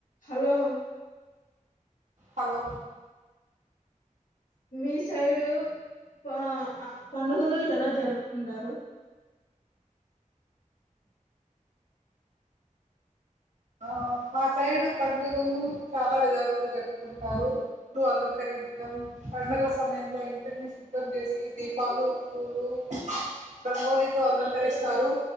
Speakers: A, on the left; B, on the right.
A: Hello
B: hello
A: మీ side పా అ పండుగలు ఎలా జరుపుకుంటారు
B: ఆ మా సైడ్ పండుగలు చాలా విధాలుగా జరుపుకుంటారు ఇల్లు అలంకరించడం పండుగ సమయంలో ఇంటినీ శుభ్రం జేసి దీపాలు పూలు రంగోలితో అలంకరిస్తారు